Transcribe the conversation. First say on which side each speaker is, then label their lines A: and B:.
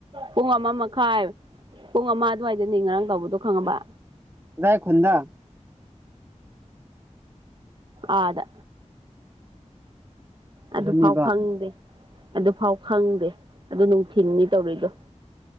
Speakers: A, on the right; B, on the right.
A: ꯄꯨꯡ ꯑꯃ ꯃꯈꯥꯏ ꯄꯨꯡ ꯑꯃ ꯑꯗꯨꯋꯥꯏꯗꯅꯤ ꯉꯔꯥꯡ ꯇꯧꯕꯗꯣ ꯈꯪꯉꯕ
B: ꯑꯗꯥꯏ ꯈꯨꯨꯟꯗꯥ
A: ꯑꯥꯗ ꯑꯗꯨꯐꯥꯎ
B: ꯑꯗꯨꯅꯦꯕ
A: ꯈꯪꯗꯦ ꯑꯗꯨꯐꯥꯎ ꯈꯪꯗꯦ ꯑꯗꯨ ꯅꯨꯡꯊꯤꯟꯅꯤ ꯇꯧꯔꯤꯗꯣ